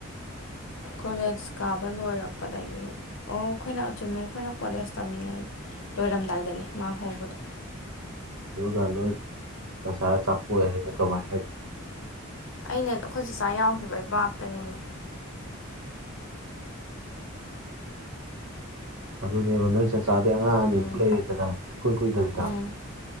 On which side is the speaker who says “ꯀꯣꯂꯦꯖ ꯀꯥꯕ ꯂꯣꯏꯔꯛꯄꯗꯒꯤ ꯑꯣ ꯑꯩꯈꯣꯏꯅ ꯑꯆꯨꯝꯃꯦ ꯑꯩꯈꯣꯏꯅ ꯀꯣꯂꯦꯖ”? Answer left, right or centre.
Left